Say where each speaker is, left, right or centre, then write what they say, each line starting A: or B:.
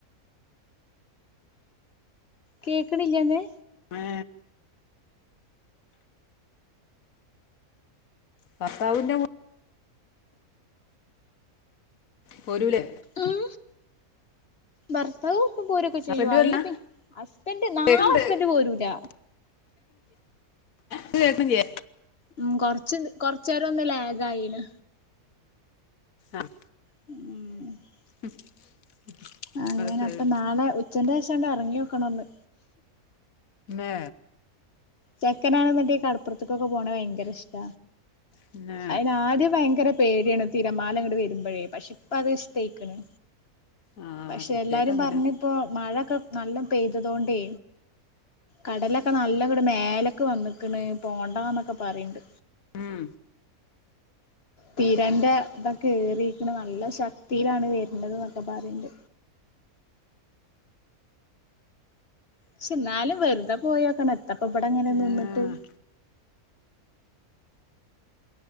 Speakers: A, on the left; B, on the left.
A: കേക്ക്‌ണില്ലേന്ന്
B: ഏ, ഭർത്താവിന്റെ പോരൂലേ
A: ഉം ഭർത്താവ ഇപ്പ പോരൊക്കെ ചെയ്യും
B: അപ്പന്റെ
A: അയ്നിപ്പി
B: വരില്ല
A: ഹസ്ബന്റ് നാളെ
B: കേക്കുണ്ട്
A: ഹസ്ബന്റ് പോരൂല
B: കേക്ക്‌ണില്ലേ?
A: ഉം കൊർച്ച് കൊറച്ചേരം ഒന്ന് ലാഗായിണ്
B: ആഹ്
A: ഉം
B: <inaudible>
A: അങ്ങനെ
B: അത് ശരി
A: അപ്പൊ നാളെ ഉച്ചന്റെഷണ്ട് അറങ്ങിയോക്കണൊന്ന്
B: ഏ
A: ചെക്കനാണ്ന്ന്ണ്ടേ കടപ്പുറത്തക്കൊക്കെ പോണ ഭയങ്കര ഇഷ്ട
B: പിന്നെ
A: അയിന് ആദ്യം ഭയങ്കര പേടിയാണ് തിരമാലങ്ങട്ട് വരുമ്പോഴേ പക്ഷെ ഇപ്പ അത് ഇഷ്ടയ്ക്കുണു
B: ആ
A: പക്ഷെ
B: കുട്ടിയൊക്കെ
A: എല്ലാരും
B: അങ്ങനെ
A: പറഞ്ഞ്പ്പോ മഴൊക്കെ നല്ല പെയ്തതോണ്ടേ കടലൊക്കെ നല്ലങ്ങട് മേലക്ക്‌ വന്നക്ക്ണ് പോണ്ടാന്നൊക്കെ പറയണ്ട്
B: ഉം
A: തിരന്റെ ഇതൊക്കെ ഏറീക്ക്‌ണ് നല്ല ശക്തിയിലാണ് വര്ന്നത് ന്നൊക്കെ പറയ്ണ്ട് ക്ഷെ ന്നാലും വെറുതെ പോയോക്കണം എത്താപ്പം ബടെങ്ങനെ നിന്നിട്ട്
B: ഏ, ആ